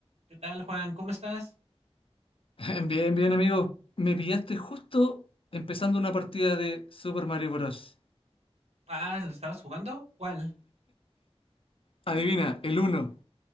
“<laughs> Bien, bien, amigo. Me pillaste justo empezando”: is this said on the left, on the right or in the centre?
Left